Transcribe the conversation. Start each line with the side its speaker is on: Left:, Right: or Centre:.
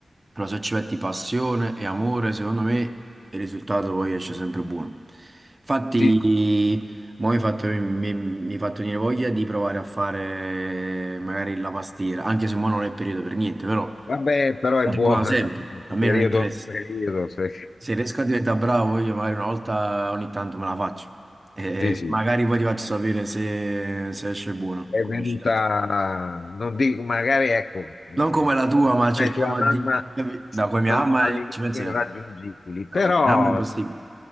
Right: però se ci metti passione e amore, secondo me il risultato poi esce sempre buono. Infatti,
Left: Sì,
Right: mo mi hai fatto, mi, mi hai fatto venire voglia di provare a fare magari la pastiera, anche se mo non è periodo per niente, però...
Left: vabbè, però è
Right: La
Left: buona,
Right: regola sempre,
Left: sì,
Right: a me
Left: periodo,
Right: non interessa.
Left: periodo, sì, <laughs>
Right: Se riesco a diventare bravo, io magari una volta ogni tanto me la faccio. E
Left: sì, sì,
Right: magari poi ti faccio sapere se, se esce buono.
Left: è
Right: come
Left: venuta,
Right: esce da te.
Left: non dico, magari ecco, eh,
Right: Non come la tua,
Left: tua nonna
Right: ma cerchiamo
Left: e tua mamma
Right: di... Da come mi
Left: sono
Right: ama
Left: all'inizio
Right: e ci penserà.
Left: irraggiungibili, però
Right: No, come mi ama è impossibile.